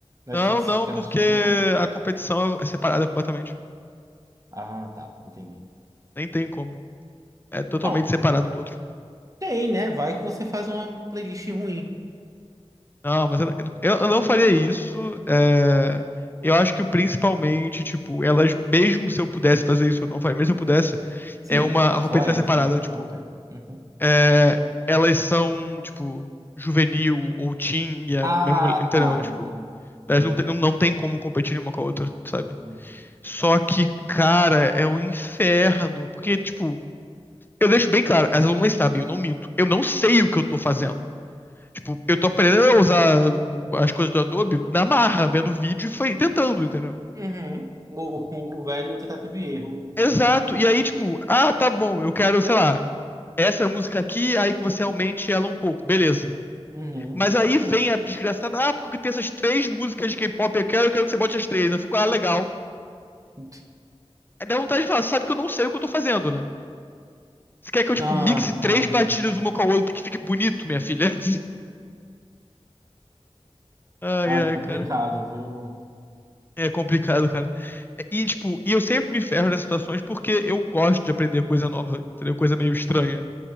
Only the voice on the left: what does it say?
Não,
não,
porque
a competição é separada completamente.
Nem tem como. É totalmente
separado um do outro.
Não, mas eu, eu- eu não faria isso. é, Eu acho que principalmente, tipo, elas, mesmo se eu pudesse fazer isso, eu não faria, mesmo se eu pudesse,
é uma. A
competição
é separada,
tipo.
é, Elas são, tipo, juvenil ou teen, e a
minha mulher- entendeu?
Tipo.
Elas não tem, não, não tem como competir uma com a outra, sabe?
Só que, cara, é o inferno. Porque, tipo. Eu deixo bem claro, as alunas sabem, eu não minto. Eu não sei o que eu tô fazendo. Tipo, eu tô aprendendo a usar o- as coisas do Adobe na marra, vendo vídeo e foi tentando, entendeu?
Exato. E aí, tipo, ah, tá bom, eu quero, sei lá, essa música aqui, aí que você aumente ela um pouco, beleza.
Mas aí vem a desgraçada, ah, porque tem essas três músicas de K-pop, eu quero, eu quero que você bote as três. Eu fico, ah, legal.
Aí dá vontade de falar, você sabe que eu não sei o que eu tô fazendo, né? Você quer que eu, tipo,
mixe três
batidas uma com a outra que fique bonito, minha filha? <laughs> Ai,
ai,
cara.
É complicado, cara. E, tipo, e eu sempre me ferro nessas situações porque eu gosto de aprender coisa nova, entendeu? Coisa meio estranha.